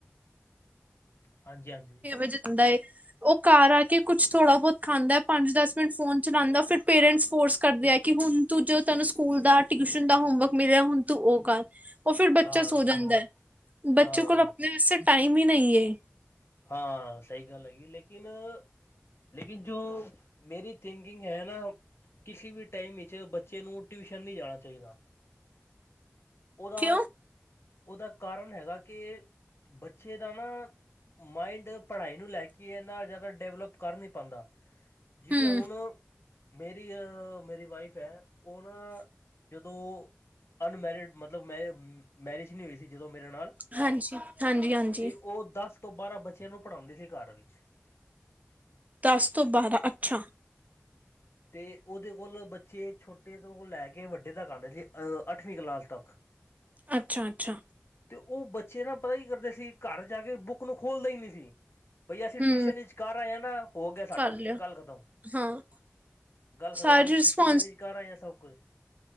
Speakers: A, on the left; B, on the right.
A: ਹਾਂਜੀ-ਹਾਂਜੀ
B: ਵੇ ਜਿਨਂਦਾ ਏ- ਉਹ ਘਰ ਆ ਕੇ ਕੁਛ ਥੋੜ੍ਹਾ-ਬਹੁਤ ਖਾਂਦਾ, ਪੰਜ-ਦਸ ਮਿੰਟ ਫੋਨ ਚਲਾਉਦਾ ਫਿਰ ਪੇਰੈਂਟਸ ਫੋਰਸ ਕਰਦੇ ਆ ਕਿ ਹੁਣ ਤੂੰ ਜੋ ਤੈਨੂੰ ਸਕੂਲ ਦਾ, ਟਿਊਸ਼ਨ ਦਾ ਹੋਮਵਰਕ ਮਿਲਿਆ ਹੁਣ ਤੂੰ ਉਹ ਕਰ। ਉਹ ਫਿਰ ਬੱਚਾ
A: ਹਾਂ
B: ਸੋ ਜਾਂਦਾ ਹੈ, ਬੱਚੇ
A: ਹਾਂ
B: ਕੋਲ ਆਪਣੇ ਵਾਸਤੇ ਟਾਈਮ ਹੀ ਨਹੀਂ ਏ।
A: ਹਾਂ, ਸਹੀ ਗੱਲ ਹੈਗੀ ਲੇਕਿਨ ਲੇਕਿਨ ਜੋ ਮੇਰੀ ਥਿੰਕਿੰਗ ਹੈਨਾ ਕਿਸੇ ਵੀ ਟਾਈਮ ਵਿੱਚ ਬੱਚੇ ਨੂੰ ਟਿਊਸ਼ਨ ਨਹੀਂ ਜਾਣਾ ਚਾਹੀਦਾ। ਉਹਦਾ-ਉਹਦਾ
B: ਕਿਉਂ
A: ਕਾਰਨ ਹੈਗਾ ਕਿ ਬੱਚੇ ਦਾ ਨਾ ਮਾਇੰਡ ਪੜ੍ਹਾਈ ਨੂੰ ਲੈ ਕੇ ਇਹਨਾ ਜ਼ਿਆਦਾ ਡਿਵਲਪ ਕਰ ਨੀ ਪਾਉਂਦਾ। ਜਿਵੇਂ
B: ਹਮ।
A: ਹੁਣ ਮੇਰੀ ਅ ਮੇਰੀ ਵਾਈਫ ਹੈ ਉਹ ਨਾ ਜਦੋਂ ਅਨਮੈਰਿਡ ਮਤਲਬ ਮੈ ਮੈਰਿਜ ਨਹੀਂ ਹੋਈ ਸੀ ਜਦੋਂ ਮੇਰੇ ਨਾਲ
B: ਹਾਂਜੀ ਹਾਂਜੀ ਹਾਂਜੀ
A: ਤੇ ਉਹ ਦਸ ਤੋਂ ਬਾਰਾਂ ਬੱਚਿਆਂ ਨੂੰ ਪੜ੍ਹਾਉਦੇ ਸੀ ਘਰ ਵਿਚ।
B: ਦਸ ਤੋਂ ਬਾਰਾਂ ਅਛਾ
A: ਤੇ ਉਹਦੇ ਕੋਲ ਬੱਚੇ ਛੋਟੇ ਤੋਂ ਲੈ ਕੇ ਵੱਡੇ ਤੱਕ ਆਦੇ ਜੇ। ਅੱਠਵੀਂ ਕਲਾਸ ਤੱਕ।
B: ਅੱਛਾ ਅੱਛਾ
A: ਤੇ ਉਹ ਬੱਚੇ ਨਾ ਪਤਾ ਹੀ ਕਰਦੇ ਸੀ, ਘਰ ਜਾ ਕੇ ਬੁੱਕ ਨੂੰ ਖੋਲਦੇ ਹੀ ਨਹੀ ਸੀ। ਬਈ ਅਸ
B: ਹਮ।
A: ਟਿਊਸ਼ਨ ਵਿਚ ਕਰ ਆਏ ਹਾਂ ਨਾ, ਹੋ ਗਿਆ ਸਾਡਾ
B: ਕਰ ਲਿਆ
A: ਗਲ ਖਤਮ।
B: ਹਾਂ
A: ਗੱਲ ਖਤਮ
B: ਸਾਰੀ
A: ਆਜ
B: ਰਿਸਪੋਂਸਿਬਿਲਿਟੀ
A: ਟੂਸ਼ਨ ਵਿੱਚ 'ਚ ਕਰ ਆਏ ਆ ਸਭ ਕੁਛ